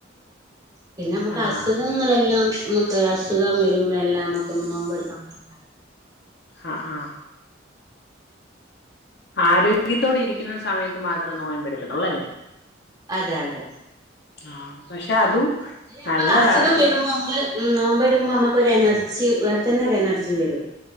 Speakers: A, on the right; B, on the left.
A: പിന്നെ നമുക്ക്
B: ആഹ്
A: അസുഖങ്ങളെല്ലാം നമുക്ക് അസുഖം വരുമ്പോ എല്ലാം നമ്മുക്ക് നോമ്പെടുക്കാൻ പറ്റ
B: ആ ആ ആരോഗ്യത്തോട് ഇരിക്കുന്ന സമയത്ത് മാത്രമേ നോമ്പടുക്കത്തുള്ളൂ അല്ലേ
A: അതെ അതെ
B: ആഹ പക്ഷെ അതും
A: അല്ലെ നമ്മക്ക്
B: നല്ലതാ
A: അസുഖം
B: ഇപ്പം
A: വരുമ്പോ നമ്മള് നോമ്പ് എടുക്കുമ്പോ നമുക്കൊരു എനർജി അവിടെ തന്നെ ഒരു എനർജി വരും